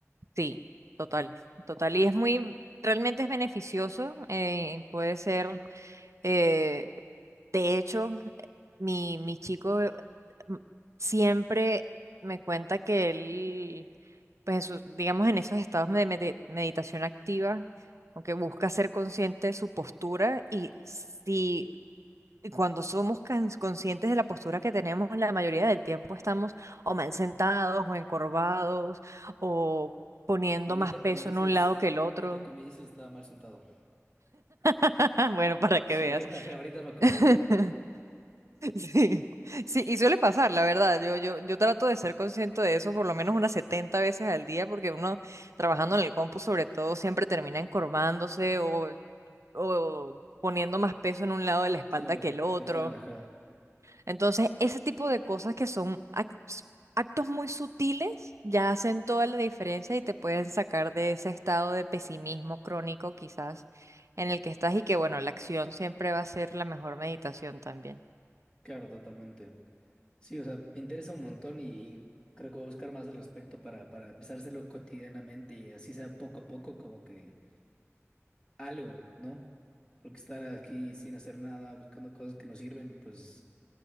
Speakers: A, on the right; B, on the left.
A: Sí, total, total. Y es muy, realmente es beneficioso. eh, puede ser, eh, de hecho, mi, mi chico eh, m- siempre me cuenta que él, pues, en sus- digamos, en esos estados de medi- meditación activa, aunque busca ser consciente de su postura y si y cuando somos can- conscientes de la postura que tenemos, la mayoría del tiempo estamos o mal sentados o encorvados o poniendo
B: Ahorita
A: más peso
B: que me dices,
A: en un lado que el otro.
B: ahorita que me dices estaba mal sentado.
A: <laughs> Bueno, para que
B: Sí,
A: veas.
B: ahorita, <laughs> ajá, ahorita me acomodé.
A: <laughs> Sí, sí, y suele pasar, la verdad. Yo, yo, yo trato de ser consciente de eso por lo menos unas 70 veces al día, porque uno trabajando en el compu, sobre todo, siempre termina encorvándose o, o poniendo más peso en un lado de la espalda
B: Claro,
A: que el otro.
B: total, ajá.
A: Entonces, ese tipo de cosas que son ac- s- actos muy sutiles ya hacen toda la diferencia y te pueden sacar de ese estado de pesimismo crónico quizás en el que estás y que bueno, la acción siempre va a ser la mejor meditación también.
B: Claro, totalmente. Sí, o sea, me interesa un montón y creo que voy a buscar más al respecto para, para empezar a hacerlo cotidianamente y así sea poco a poco como que algo, ¿no? Porque estar aquí sin hacer nada, buscando cosas que no sirven, pues,